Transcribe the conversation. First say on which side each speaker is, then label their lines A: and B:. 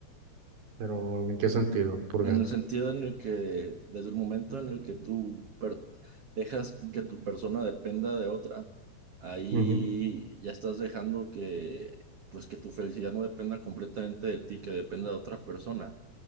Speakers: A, on the right (about 55°); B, on the right (about 85°).
A: pero ¿en qué sentido? Porque,
B: En el sentido en el que, desde el momento en el que tú per- dejas que tu persona dependa de otra, ahí
A: qué? ujú,
B: ya estás dejando que, pues que tu felicidad no dependa completamente de ti, que dependa de otra persona.